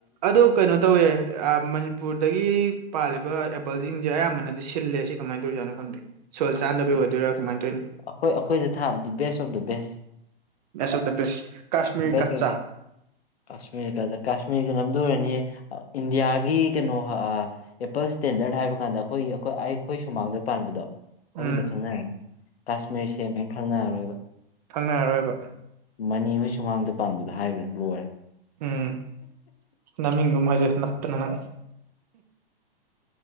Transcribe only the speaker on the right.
ꯑꯗꯨ ꯀꯩꯅꯣ ꯇꯧꯋꯦ ꯑ ꯃꯅꯤꯄꯨꯔꯗꯒꯤ ꯄꯥꯜꯂꯤꯕ ꯑꯦꯄꯜꯁꯤꯡꯁꯦ ꯑꯌꯥꯝꯕꯅꯗꯤ ꯁꯤꯜꯂꯦ ꯁꯤ ꯀꯃꯥꯏꯅ ꯇꯧꯖꯥꯅꯣ ꯈꯪꯗꯦ ꯁꯣꯜ ꯆꯥꯟꯅꯗꯕ ꯑꯣꯏꯗꯣꯏꯔꯥ
ꯀꯃꯥꯏꯅ ꯇꯧꯏꯅꯣ
best of the best Kashmir
ꯀꯠꯆꯥ
ꯎꯝ
ꯈꯪꯅꯔꯣꯏꯕꯣ
ꯎꯝ ꯅꯃꯤꯡꯗꯨꯝ ꯍꯥꯏꯖꯤꯜꯂꯨ ꯅꯞꯇꯅ ꯅꯪ ꯍꯨ.......